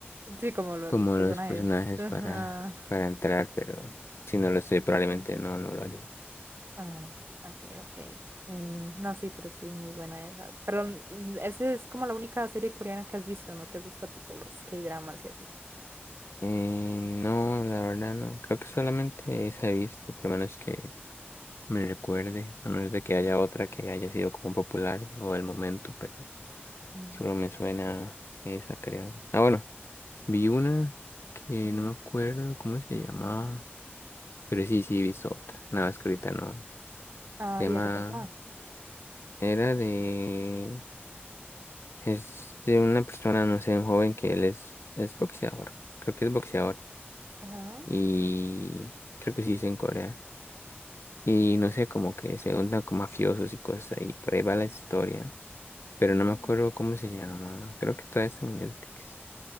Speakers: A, on the right; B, on the left.
A: Sí, como lo-
B: como
A: los personajes.
B: los personajes
A: <laughs> Ajá.
B: para, para entrar, pero si no lo estoy, probablemente no, no lo haría.
A: Ah, ok, ok. Eh, no, sí, pero sí es muy buena esa. Pero mm, esa es como la única serie coreana que has visto, ¿no te gusta tipo los K-dramas y así?
B: Eh, no, la verdad no. Creo que solamente esa he visto, por lo menos que me recuerde, a menos de que haya otra que haya sido como popular o del momento, pero
A: Mm.
B: solo me suena esa, creo. Ah, bueno, vi una que
A: Ujú.
B: no me acuerdo cómo se llamaba, pero sí, sí he visto otra. Nada más que ahorita no.
A: Ah,
B: Se llama,
A: ¿y de qué trataba?
B: era de, es de una persona, no sé, un joven que él es, es boxeador, creo que es boxeador,
A: Ajá.
B: y creo que sí es en Corea, y no sé, como que se juntan con mafiosos y cosas, y por ahí va la historia, pero
A: Mm.
B: no me acuerdo cómo se llama, creo que todavía está en Netflix,